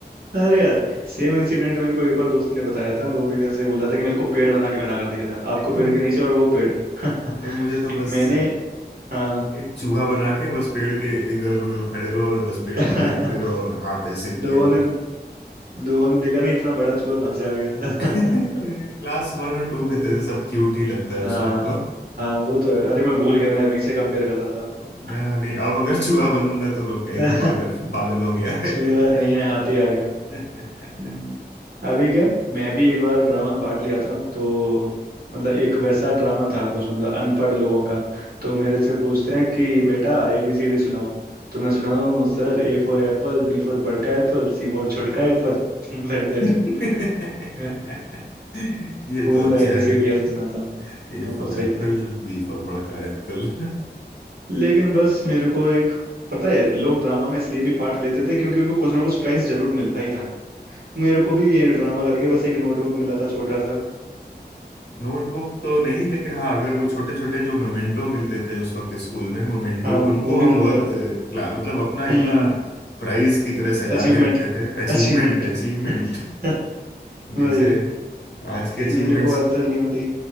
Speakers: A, on the right; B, on the left.
A: अरे यार सेम इंसिडेंट मेरे को एक और दोस्त ने बताया था वो भी ऐसे ही बोला था कि मेरे को पेड़ बना के खड़ा कर दिया था
B: <laughs>
A: आपको पेड़ के नीचे और वो पेड़ <laughs>
B: ने मुझे तो बस
A: मैंने हाँ
B: एक चूहा बना के बस पेड़ के अगल बगल खड़े रहो और बस पेड़
A: <laughs>
B: को देखते रहो और हाथ ऐसे किए
A: लोगों
B: रहो
A: ने
B: <laughs>
A: लोगों ने देखा नहीं इतना बड़ा चूहा कहाँ से आ गया
B: क्लास
A: <laughs>
B: वन और टू
A: वही
B: में तो
A: तो
B: सब क्यूट ही लगता है
A: हाँ
B: उस वक्त तो
A: हाँ वो तो है अरे मैं भूल गया मैं अभी से कंपेयर कर रहा था आपको
B: या नहीं अब अगर चूहा बनूंगा तो लोग कहेंगे
A: <laughs>
B: पागल पागल हो गया है
A: चूहा नहीं है हाथी आ
B: हम्म।
A: हम्म, अभी क्या मैं भी एक बार ड्रामा में पार्ट लिया था तो मतलब एक वैसा ड्रामा था कुछ मतलब अनपढ़ लोगों का तो मेरे से पूछते हैं कि बेटा ए बी सी डी सुनाओ तो मैं सुनाता हूँ sir ए फॉर एप्पल बी फॉर बड़का एप्पल सी फॉर छुटका एप्पल like that
B: <laughs>
A: <laughs>
B: ये
A: पूरा
B: तो अच्छा
A: ए बी
B: है
A: सी डी ऐसे सुनाता हूँ
B: A
A: बहुत
B: for
A: सही
B: apple
A: था
B: B for बड़ा का एप्पल
A: लेकिन बस मेरे को एक पता है लोग ड्रामा में इसलिए भी पार्ट लेते थे क्योंकि उनको कुछ ना कुछ प्राइस जरूर मिलता ही था मेरे को भी ये ड्रामा करके बस एक नोटबुक मिला था छोटा सा
B: नोटबुक <laughs> तो नहीं लेकिन हाँ अगर वो छोटे छोटे जो मोमेंटो मिलते थे उस वक्त स्कूल में मोमेंटो
A: हाँ
B: उनको
A: वो भी
B: हम
A: मिलते
B: बहुत
A: हैं
B: अ, क्ला- मतलब अपना
A: हम्म
B: इतना प्राइज की तरह सजा
A: अचीवमेंट
B: के रखते थे अचीवमेंट
A: अचीवमेंट
B: अचीवमेंट
A: <laughs>
B: <laughs> जैसे
A: वही
B: आज के अचीवमेंट्स
A: मेरे को आज तक नहीं मिली